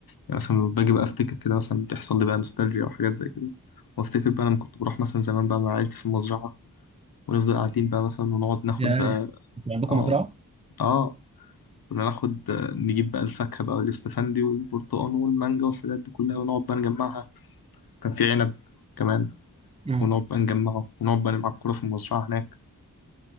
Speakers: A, on the left; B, on the right.
A: يعني مثلا لما باجي بقى افتكر كده مثلا تحصل لي بقى نوستالجيا او حاجات زي كده وافتكر بقى لما كنت بروح مثلا زمان بقى مع عيلتي في المزرعة ونفضل قاعدين بقى مثلا ونقعد ناخد
B: يعني
A: بقى
B: انتوا عندكم
A: اه
B: مزرعه؟
A: اه كنا ناخد آه، نجيب بقى الفاكهة بقى والاستفندي والبرتقال والمانجا والحاجات دي كلها ونقعد بقى نجمعها كان في عنب كمان
B: امم
A: ونقعد بقى نجمعه ونقعد بقى نلعب كورة في المزرعة هناك